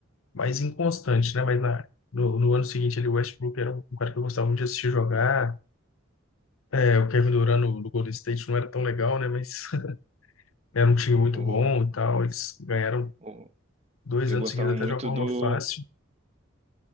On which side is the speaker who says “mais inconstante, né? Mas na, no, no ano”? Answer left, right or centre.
Left